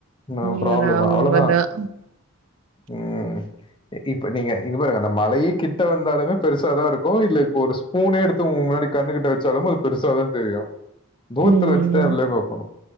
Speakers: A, on the left; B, on the right.
A: அ
B: உண்மதான்,
A: ப்ராப்ளம்ம அவ்ளோதா
B: உண்மதான்.
A: ம் இப்ப நீங்க இங்க பாருங்க அந்த மலையே கிட்ட வந்தாலுமே பெருசாதா இருக்கு இல்ல இப்போ ஒரு ஸ்பூனே எடுத்து உன் முன்னாடி கு கிட்ட வெச்சாலு அது பெருசாதா தெரியு தூர்த்துல
B: ம்.
A: வெச்சுத உள்ளேபாப்பாங்கோ